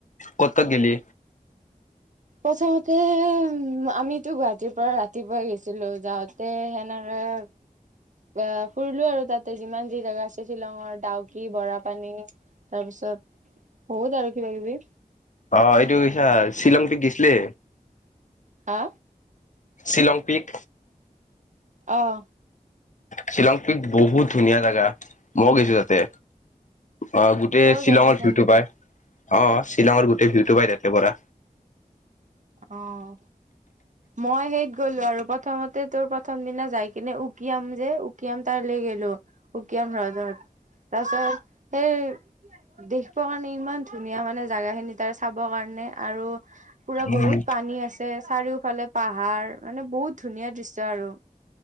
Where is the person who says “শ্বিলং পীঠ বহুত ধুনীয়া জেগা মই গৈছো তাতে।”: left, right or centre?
Left